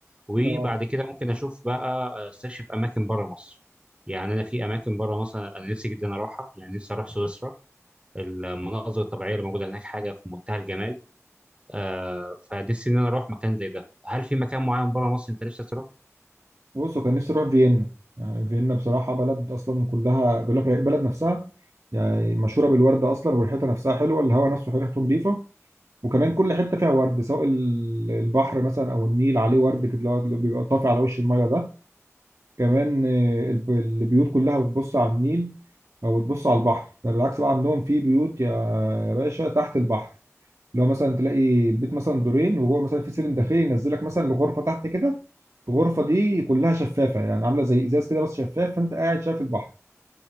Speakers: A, on the right (about 20°); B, on the right (about 80°).
A: وبعد
B: اه
A: كده ممكن أشوف بقى آه، أستكشف أماكن بره مصر يعني أنا في أماكن بره مصر أنا نفسي جدا أروحها يعني نفسي أروح سويسرا المناظر الطبيعية اللي موجودة هناك حاجة في منتهى الجمال آه فنفسي إن أنا أروح مكان زي ده هل في مكان معين بره مصر أنت نفسك تروح؟
B: بصوا كان نفسي اروح فيينا يعني فيينا بصراحه بلد اصلا كلها بيقول لك البلد نفسها يعني مشهوره بالورد اصلا وريحتها نفسها حلوه الهواء نفسه ريحته نظيفه وكمان كل حته فيها ورد سواء ال- البحر مثلا او النيل عليه ورد كده اللي هو اللي بيبقى طافي على وش الميه ده كمان آه، الب- البيوت كلها بتبص على النيل او بتبص على البحر ده بالعكس بقى عندهم في بيوت يا يا باشا تحت البحر لو مثلا تلاقي البيت مثلا دورين وجوه مثلا في سلم داخلي ينزلك مثلا لغرفه تحت كده الغرفه دي كلها شفافه يعني عامله زي ازاز كده بس شفاف فانت قاعد شايف البحر